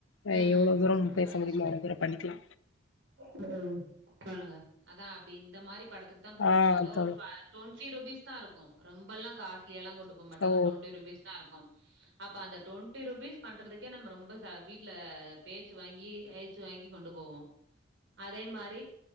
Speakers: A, on the left; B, on the right.
A: அ
B: உம்
A: எவ்ளோ தூரம் பேச
B: சொல்லுங்க
A: முடியுமோ
B: சொல்லு
A: அவ்ளோ தூரம் பண்ணிக்கலா
B: உ உம் சொல்லுங்க அதா அப்டி இந்த மாரி படத்துக்கு தா கூட்டு
A: ஆ
B: போவாங்க
A: தோழர்
B: ஒரு பா டொன் பிப்டிருபீஸ் தா இருக்கு ரொம்பெல்லா காச எலா கொட்டு போகமாட்டாங்க
A: ஓ
B: டுவண்டி ருபீஸ் தா இருக்கு அப்ப அந்த டுவெண்ட்டி ருபீஸ் பண்றதுக்கே நம்ம ரொம்ப சா வீ வீட்ல பேச்சு வாங்கி ஏச்சு வாங்கி கொண்டு போவோ அதே மா